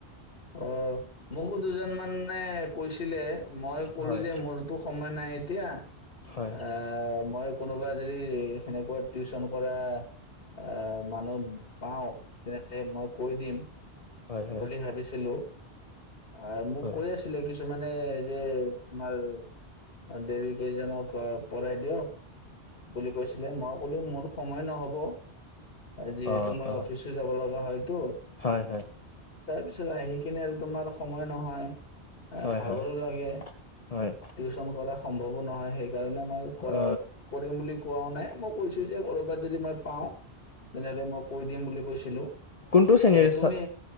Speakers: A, on the left; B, on the left.
A: অ', মোকো দুজন মানে কৈছিলে। মই ক'লো
B: হয়
A: যে মোৰতো সময় নাই। তেতিয়া
B: হয়
A: আহ মই কোনোবাই যদি এনেকৈ টিউচন কৰা অ', মানুহ পাওঁ তেন্তে মই কৈ দিম।
B: হয় হয়
A: বুলি ভাবিছিলো। আহ মোক
B: হয়
A: কৈ আছিলে কিছুমান মানে যে আমাৰ অ', দেৱ কেইজনক ঘৰ পৰাই দিয়ক। বুলি কৈছিলে মই কলো মোৰতো সময় নহ'ব। যিহেতু
B: অ
A: মই
B: অ
A: অফিচো যাব লগা হয়তো।
B: হয় হয়
A: তাৰপিছত আহি কিনে তোমাৰ সময় নহয়। এ,
B: হয়
A: ভাগৰো
B: হয়
A: লাগে
B: হয়
A: টিউচন কৰা সম্ভৱ অ', নহয় সেইকাৰণে মই কৰা
B: অ
A: বুলি কোৱাও নাই মই কৈছো যে ক'ৰবাত যদি মই পাওঁ তেনেহ'লে মই কৈ দিম বুলি কৈছিলো
B: কোনটো শ্ৰেণীৰ
A: আহ তুমি
B: ছা-